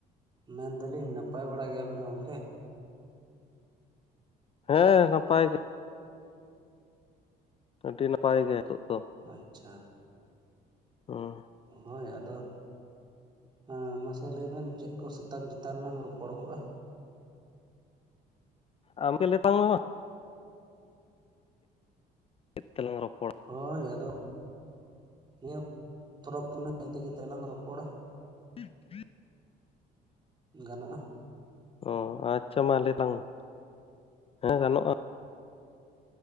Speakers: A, on the right; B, on the left.
A: ᱢᱮᱱ ᱫᱟᱞᱤᱧ ᱱᱟᱯᱟᱭ ᱵᱟᱲᱟ ᱜᱮᱭᱟᱵᱮᱱ ᱜᱚᱢᱠᱮ?
B: ᱦᱮᱸ ᱱᱟᱯᱟᱭ ᱜᱮ᱾ ᱟᱹᱰᱤ ᱱᱟᱯᱟᱭ ᱜᱮ ᱦᱤᱛᱳᱜ ᱫᱚ᱾
A: ᱟᱪᱪᱷᱟ᱾
B: ᱚᱸ᱾
A: ᱦᱳᱭ ᱟᱫᱚ ᱦᱮᱸ ᱢᱟ ᱥᱮ ᱞᱟᱹᱭᱵᱮᱱ ᱪᱮᱫ ᱠᱚ ᱥᱟᱮᱛᱟᱢ ᱪᱮᱛᱟᱱ ᱞᱟᱝ ᱨᱚᱯᱚᱲ ᱠᱚᱜᱼᱟ?
B: ᱟᱢ ᱜᱮ ᱞᱟᱹᱭ ᱛᱟᱞᱟᱝ ᱢᱮ ᱢᱟ᱾ ᱪᱮᱫ ᱛᱮᱞᱟᱝ ᱨᱚᱯᱚᱲᱟ?
A: ᱦᱳᱭ ᱟᱫᱚ, ᱱᱤᱭᱟᱹ ᱯᱚᱨᱚᱵᱽ ᱯᱩᱱᱟᱹᱭ ᱤᱫᱤ ᱠᱟᱛᱮᱜ ᱞᱟᱝ ᱨᱚᱯᱚᱲᱟ᱾
B: <inaudible>
A: ᱜᱟᱱᱚᱜᱼᱟ᱾
B: ᱚ ᱟᱪᱪᱷᱟ ᱢᱟ ᱞᱟᱹᱭ ᱛᱟᱞᱟᱝ ᱢᱮ, ᱦᱮᱸ ᱜᱟᱱᱚᱜᱼᱟ᱾